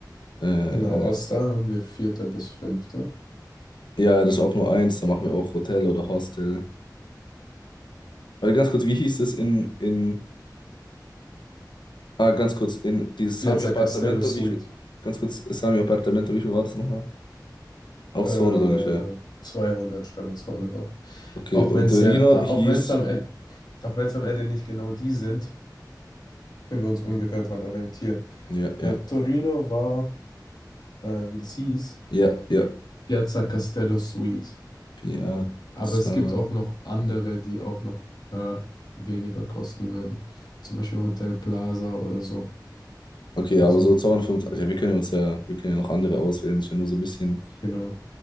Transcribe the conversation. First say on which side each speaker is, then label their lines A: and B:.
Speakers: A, on the left; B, on the left.
A: äh,
B: In Aosta haben wir vierte bis fünfte.
A: ja, das ist auch nur eins, da machen wir auch Hotel oder Hostel. Weil ganz kurz, wie hieß es in, in, ah, ganz kurz, in dieses
B: Piazza
A: Sami Appartamento,
B: Castello Suite.
A: wie viel, ganz kurz, Sami Appartamento, wie viel war das nochmal? Auch
B: Äh,
A: 200 ungefähr.
B: 200, schreiben wir 200 auf.
A: Okay,
B: Auch
A: und
B: wenn es
A: Torino
B: ja, äh,
A: hieß,
B: auch wenn es am Ende, auch wenn es am Ende nicht genau die sind, können wir uns ungefähr dran orientieren.
A: ja, ja,
B: Äh, Torino war, äh, wie das hieß,
A: ja, ja,
B: Piazza Castello Suite.
A: Piazza.
B: Aber es gibt auch noch andere, die auch noch äh, weniger kosten würden. Zum Beispiel Hotel Plaza oder so.
A: Okay,
B: Also,
A: aber so 225. Ja, wir können uns ja, wir können ja noch andere auswählen. Ist ja nur so ein bisschen
B: genau.